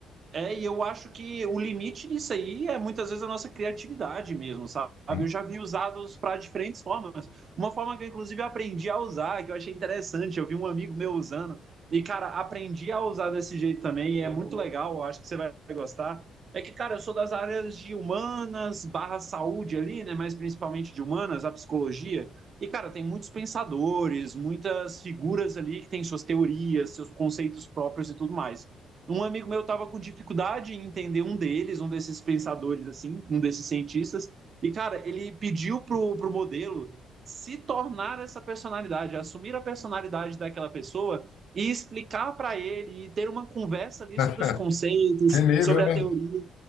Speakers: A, on the right; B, on the left.
A: É, e eu acho que o limite disso aí é muitas vezes a nossa criatividade mesmo, sabe?
B: Sim.
A: Eu já vi usados para diferentes formas. Uma forma que eu, inclusive, aprendi a usar, que eu achei interessante, eu vi um amigo meu usando, e, cara, aprendi a usar desse jeito também, e é muito legal, eu acho que você vai gostar. É que, cara, eu sou das áreas de humanas, barra saúde ali, né? Mas principalmente de humanas, a psicologia. E, cara, tem muitos pensadores, muitas figuras ali que têm suas teorias, seus conceitos próprios e tudo mais. Um amigo meu estava com dificuldade em entender um deles, um desses pensadores, assim, um desses cientistas. E, cara, ele pediu pro, pro modelo se tornar essa personalidade, assumir a personalidade daquela pessoa e explicar para ele e ter uma conversa ali
B: <laughs>
A: sobre os conceitos,
B: Que nível,
A: sobre a
B: né?
A: teoria.